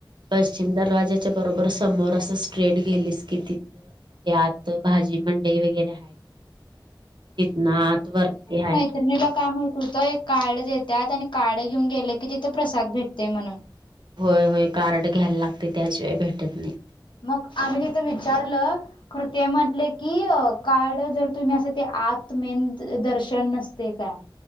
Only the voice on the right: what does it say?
पश्चिमद राजाच्या बरोबर समोर असं स्ट्रेट गेलीस की तिथं. ते आत भाजी मंडई वगैरे ह तिथ ना आत वरती ह.
होय होय कार्ड घ्यायला लागते त्याशिय भेटत नाही.